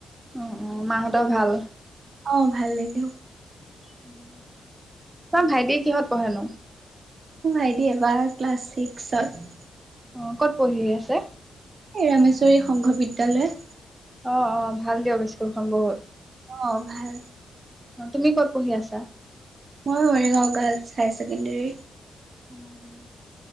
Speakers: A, on the right (about 20°); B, on the right (about 50°).
A: অ', অ', মাহঁতৰ ভাল।
B: অ, ভালেই দিয়ক।
A: উম, ত ভাইটি কিহত পঢ়েনো।
B: মোৰ ভাইটি এবাৰ ক্লাছ ছিক্সত।
A: অ, ক'ত পঢ়ি আছে।
B: এই ৰামেশ্বৰী সংঘ বিদ্যয়ালয়।
A: অ', অ', ভাল দিয়ক বিস্কুলখন বহুত।
B: অ, ভাল।
A: তুমি ক'ত পঢ়ি আছা?
B: মই মৰিগাঁও গাৰ্লছ হায়াৰ ছেকেণ্ডেৰী।
A: উম,